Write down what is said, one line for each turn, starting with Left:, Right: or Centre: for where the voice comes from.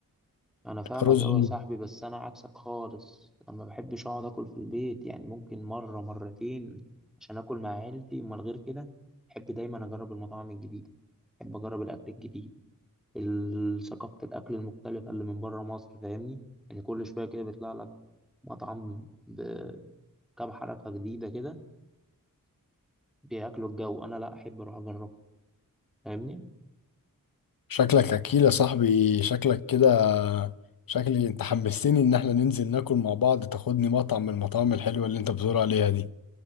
Centre: أنا فاهمك
Left: رز
Centre: أوي
Left: و-
Centre: يا صاحبي بس أنا عكسك خالص أنا ما بحبش أقعد أكل في البيت يعني ممكن مرة مرتين عشان أكل مع عيلتي أمال غير كده بحب دايما أجرب المطاعم الجديدة بحب أجرب الأكل الجديد ال- ثقافة الأكل المختلفة اللي من بره مصر فاهمني؟ يعني كل شوية كده بيطلع لك مطعم بكام حركة جديدة كده بياكلوا الجو أنا لأ أحب أروح أجرب فاهمني؟
Left: شكلك أكيل يا صاحبي شكلك كده شكلي أنت حمستني إن احنا ننزل ناكل مع بعض تاخدني مطعم من المطاعم الحلوة اللي أنت بتقول عليها دي